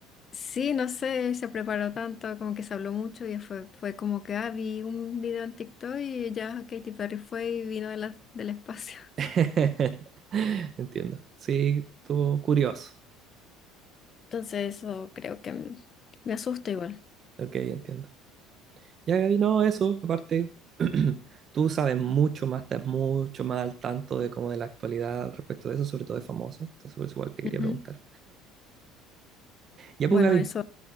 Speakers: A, on the left (about 40°); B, on the right (about 45°).
A: Sí, no sé, se preparó tanto, como que se habló mucho y fue, fue como que, ah, vi un video en TikTok y ya Katy Perry fue y vino de la- del espacio. <laughs>
B: <laughs> Entiendo. Sí, estuvo curioso.
A: Entonces eso creo que me me asusta igual.
B: Ok, entiendo. Ya, Gaby, no, eso, aparte, <clears throat> tú sabes mucho más, estás mucho más al tanto de como de la actualidad al respecto de eso, sobre todo de famoso. Entonces, por eso igual te quería
A: Ujú.
B: preguntar. Ya, pues,
A: Bueno,
B: Gaby,
A: eso